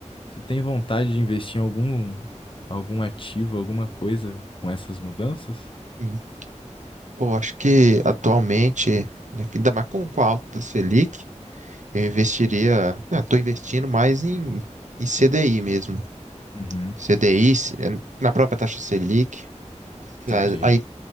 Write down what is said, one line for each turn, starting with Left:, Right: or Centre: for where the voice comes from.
Left: tu tem vontade de investir em algum, algum ativo, alguma coisa com essas mudanças?
Right: Sim. Pô, acho que atualmente, né, que ainda mais com, com a alta da Selic, eu investiria, estou investindo mais em, em CDI mesmo.
Left: Uhum,
Right: CDI, se- eh, na própria taxa Selic,
Left: saquei.
Right: a Aí